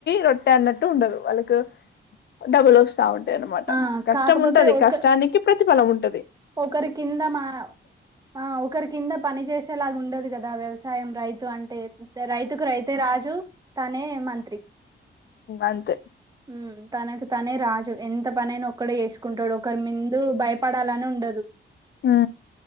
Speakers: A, on the left; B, on the right.
A: రొట్ట అన్నట్టు ఉండదు వాళ్ళకి డబుల్ వస్తు ా ఉంటా అనమాట
B: ఆ!
A: కష్టం
B: కాకపోతే
A: ఉంటది
B: ఒక
A: కష్టానికి ప్రతిఫలం ఉంటు
B: ఒకరి కింద మా ఆ ఒకరి కింద పని చేసేలాగా ఉండదు కదా వ్యవసాయం రైతు అంటే రైతుకు రైతే రాజు తనే మంత్రి
A: అంతే
B: ఉమ్ తనకు తనే రాజు ఎంత పనైనా ఒక్కడే వేసుకుంటాడు ఒకరి ముందు భయపడాలని ఉంట
A: ఆ